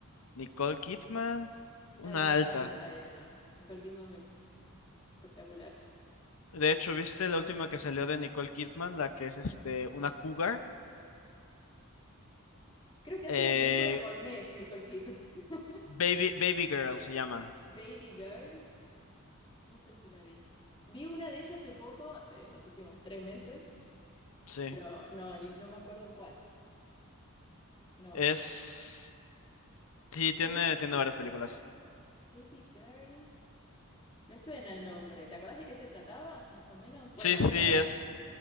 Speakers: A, on the left; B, on the left.
A: Nicole Kidman, una
B: Ay, me encanta
A: alta.
B: ella. Nicole Kidman, me- espectacular.
A: De hecho, ¿viste la última que salió de Nicole Kidman? La que es este una cougar.
B: Creo que hace
A: Eh,
B: una película por mes, Nicole Kidman. <laughs>
A: Baby, Baby Girl se llama.
B: Baby Girl, no sé si la vi. Vi una de ellas hace poco, hace los últimos tres meses,
A: Sí.
B: pero no, ni- no me acuerdo cuál. No.
A: Es. Sí, tiene,
B: Baby,
A: tiene varias películas.
B: Baby Girl. Me suena el nombre. ¿Te acordás de qué se trataba, más o menos? Bueno,
A: Sí, sí,
B: ella era...
A: es.